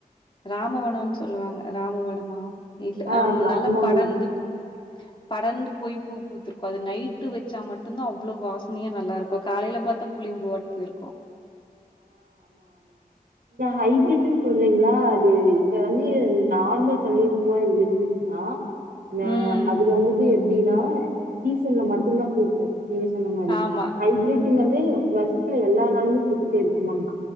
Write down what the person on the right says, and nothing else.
ஆ ராமவனம்.
ஹைப்பிரிடினு சொல்றிங்கலா அது இப்ப வந்து நார்மல் மல்லிகப்பூவா இருந்துச்சுனா அ
அது வந்துட்டு எப்டின்னா சீசன்ல மட்டுந்தா பூக்கு நீங்க சொன்ன மாறி
ஹைப்பிரிட்டுங்றது வருஷத்துல எல்லா நாளுமே பூத்துட்டே இருக்குமாமே